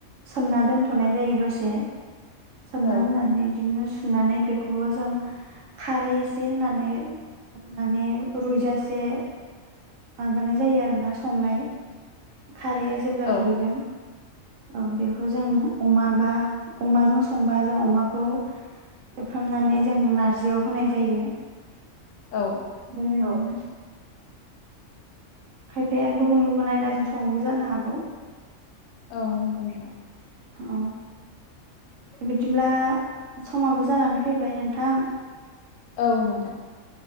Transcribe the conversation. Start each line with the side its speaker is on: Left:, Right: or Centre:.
Right: सोमना दोन थनाय जायो दसे सोमना
Left: औ
Right: दोननानै बिदिनो सुनानै बेखौबो जों खारै एसे होनानै माने रुइजासे माबानाय जायो आरोना संनाय खारैया जेब्ला
Left: औ
Right: रुइगोन औ बेखौ जों अमा बा अमाजों संबा जों अमाखौ एवफ्रामनानै जों नारजियाव होनाय जायो
Left: औ
Right: म <unintelligible> <inaudible> खायफाया गुबुन गुबुन आयदाजों सङोबो जानो हागौ
Left: औ नंगौ नोंथां
Right: औ बिदिब्ला समाबो जानानै फैबाय नोंथां
Left: औ नोंथां